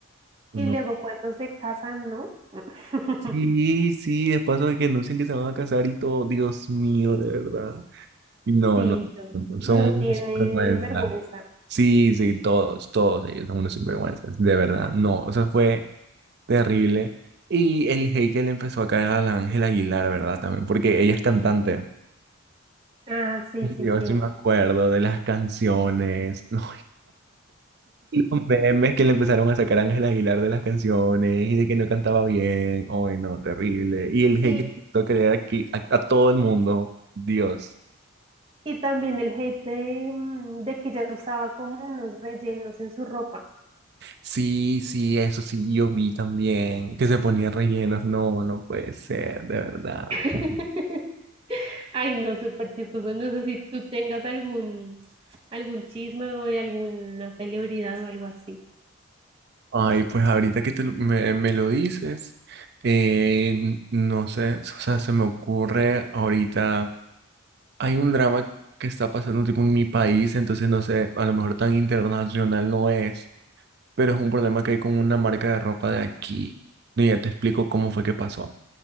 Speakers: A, on the right; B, on the right.
A: y
B: No.
A: luego cuando se casan, ¿no? <laughs>
B: Sí, sí, después de que anuncian que se van a casar y todo. Dios mío, de verdad. No,
A: Sí,
B: no,
A: yo-
B: no, son
A: no tiene
B: unos sinvergüenzas.
A: vergüenza.
B: Sí, sí, todos, todos ellos son unos sinvergüenzas, de verdad. No, eso fue terrible. Y el hate que le empezó a caer a la Ángela Aguilar, ¿verdad? También, porque ella es cantante.
A: Ah, sí,
B: Y
A: sí,
B: yo
A: sí.
B: sí me acuerdo de las canciones, <laughs> no, y los memes que le empezaron a sacar a Ángela Aguilar de las canciones y de que no cantaba bien. Ay, no, terrible. Y el
A: Y,
B: hate que empezó a creer aquí a, a todo el mundo, Dios.
A: y también el hate de, mm, de que ella usaba como unos rellenos en su ropa.
B: Sí, sí, eso sí, yo vi también que se ponía rellenos. No, no puede ser, de verdad.
A: <laughs> Ay, no, súper chistoso. No sé si tú tengas algún, algún chisme o de alguna celebridad o algo así.
B: Ay, pues ahorita que te lo- me, me lo dices, eh, n- no sé, o sea, se me ocurre ahorita, hay un drama que está pasando tipo en mi país, entonces no sé, a lo mejor tan internacional no es, pero es un problema que hay con una marca de ropa de aquí. Y ya te explico cómo fue que pasó.